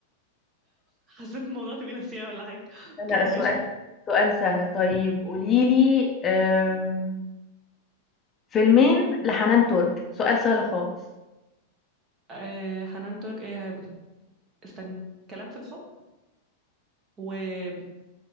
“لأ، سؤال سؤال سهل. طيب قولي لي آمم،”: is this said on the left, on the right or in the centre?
Left